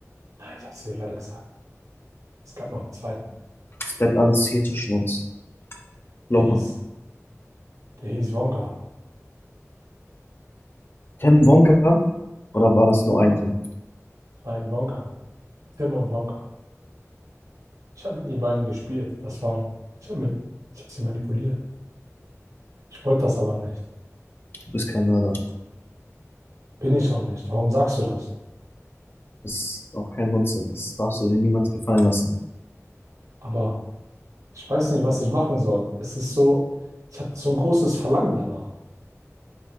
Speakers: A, on the right (about 85°); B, on the left (about 45°).
A: Nein, ich habe es dir leider gesagt. Es gab noch einen zweiten.
B: Es bleibt alles hier zwischen uns. Glaub
A: Der hieß,
B: mal.
A: der hieß Wonka.
B: Tim Wonka? Oder war das nur ein Tim?
A: Es war ein Wonka. Tim und Wonka. Ich habe mit den beiden gespielt. Das waren. Ich habe mit, ich habe sie manipuliert. Ich wollte das aber nicht.
B: Du bist kein Mörder. Du
A: Bin ich auch nicht. Warum sagst du das?
B: bist auch kein Monster. Das darfst du dir niemals gefallen lassen.
A: Aber ich weiß nicht, was ich machen soll. Es ist so, ich habe so ein großes Verlangen danach.